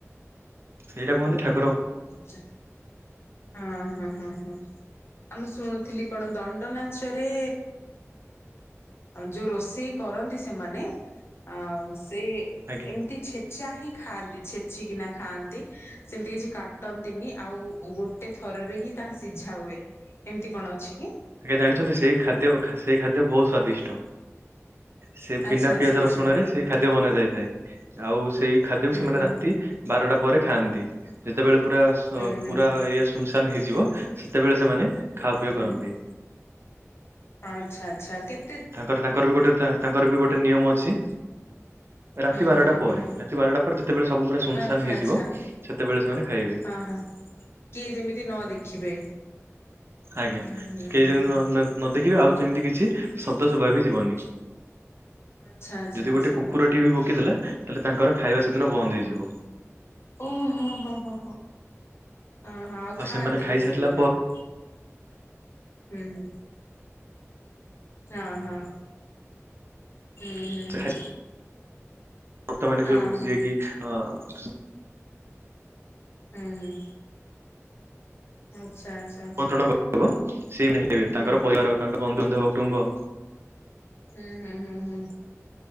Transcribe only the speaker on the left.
ଛା ହଁ ହଁ। ହଁ ହଁ। ଆଉ ମୁଁ ଶୁଣୁଥିଲି କଣ ଦଣ୍ଡ ନାଚରେ, ଆ ଯଉ ରୋଷେଇ କରନ୍ତି ସେମାନେ ଆ ସେ
ଏମିତି ଛେ ଚା ହିଁ ଖାଆନ୍ତି ଛେଚିକିନା ଖାଆନ୍ତି। ସେମିତି କିଛି କା ଟନ୍ତିନି। ଆଉ ଗୋଟେ ଥରରେ ହିଁ ତାହା ସିଝା ହୁଏ। ଏମିତି କଣ ଅଛି କି?
ଆଚ୍ଛା
ଆଚ୍ଛା
ଆଚ୍ଛା
ହୁଁ
ହୁଁ
ହୁଁ ହୁଁ।
ହୁଁ।
ଆଚ୍ଛା ଆଚ୍ଛା କେତ୍
ହୁଁ
ହୁଁ ହୁଁ
ହୁଁ।
ଆଚ୍ଛା
ଆଚ୍ଛା
ହଁ ହଁ କିଏ ଯେମିତି ନ ଦେଖିବେ
ହୁଁ ହୁଁ
ହୁଁ
ହୁଁ।
ଆଚ୍ଛା ଆଚ୍ଛା
ଆଚ୍ଛା
ଓହୋ ହୋ ହୋ ହୋ ହଁ ହଁ ଆଉ ଖାଆନ୍ତିନି
ସେଇଗୁଡାକ? ହୁଁ ହୁଁ ହଁ ହଁ। ହୁଁ ହୁଁ
ହୁଁ।
ହଁ
ହଁ
ହୁଁ ହୁଁ। <inaudible> ଆଚ୍ଛା
ହୁଁ
ହୁଁ ହୁଁ ହୁଁ ହୁଁ,